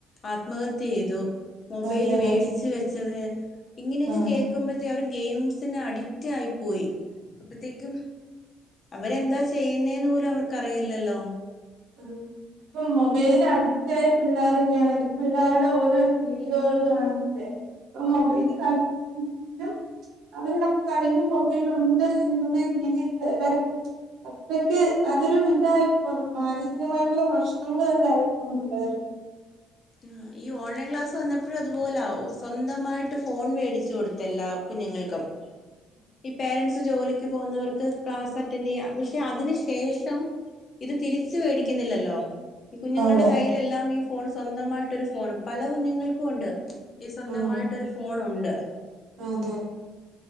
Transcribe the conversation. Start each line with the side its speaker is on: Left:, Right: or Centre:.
Left: ആത്മഹത്യ ചെയ്തു. മൊബൈല്
Right: അതെ അതെ
Left: വേടിച്ച് വെച്ചതിന്. ഇങ്ങനെയൊക്കെ
Right: ആഹ്
Left: കേക്കുമ്പ റ്റെ അവര് ഗെയിംസിന് അഡിക്റ്റ് ആയി പോയി അപ്പോത്തേക്കും അവരെന്താ ചെയ്യുന്നേന്ന് പോലും അവർക്കറിയില്ലല്ലോ?
Right: <unintelligible> ഇപ്പൊ മൊബൈലിന് അഡിക്റ്റായ പിള്ളേരുടെ പിള്ളേരുടെ ഓരോ വീഡിയോകള് കാണുമ്പഴെ. ഓഹ് ഇത് ക <unintelligible> അവര് നമുക്ക് അതിന് മുകളിലുണ്ട് എന്നുള്ള രീതിയിൽ തരാ അത്രയ്ക്ക് അതൊരു ഇതായിപ്പോ മാനസികമായിട്ടുള്ള പ്രശ്നങ്ങളിൽ ആയിപ്പോകും പിള്ളേര്.
Left: ആഹ് ഈ ഓൺലൈൻ ക്ലാസ്സ് വന്നപ്പോഴും അതുപോലാ. സ്വന്തമായിട്ട് ഫോൺ മേടിച്ചു കൊടുത്തെല്ലാ കുഞ്ഞുങ്ങൾക്കും ഈ പേരന്റ്സ് ജോലിക്ക് പോകുന്നവർക്ക് ക്ലാസ് അറ്റ റ്റാൻഡ്യാ പക്ഷെ അതിന് ശേഷം ഇത് തിരിച്ച് മേടിക്കുന്നില്ലല്ലോ? ഈ കുഞ്ഞുങ്ങളുടെ
Right: അതെ
Left: കൈയ്യിലെല്ലാം ഈ ഫോ ഫോൺ സ്വന്തമായിട്ടൊരു ഫോണ്. പല കുഞ്ഞുങ്ങൾക്കും ഉണ്ട്. ഈ സ്വന്തമായിട്ടൊരു
Right: ഉം
Left: ഫോൺ ഉണ്ട്.
Right: അതെ.